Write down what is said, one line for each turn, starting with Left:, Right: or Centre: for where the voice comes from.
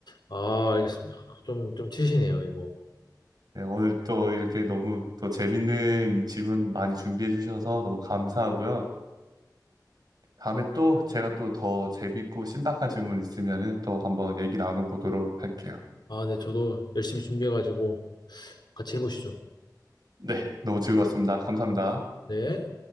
Left: 아, 알겠습니다. 좀, 좀 치시네요, 이거.
Right: 네, 오늘 또 이렇게 너무 또 재밌는 질문 많이 준비해 주셔서 너무 감사하고요. 다음에 또 제가 또 더 재밌고 신박한 질문 있으면은 또 한번 얘기 나눠보도록 할게요.
Left: 아, 네, 저도 열심히 준비해가지고 같이 해보시죠.
Right: 네, 너무 즐거웠습니다. 감사합니다.
Left: 네.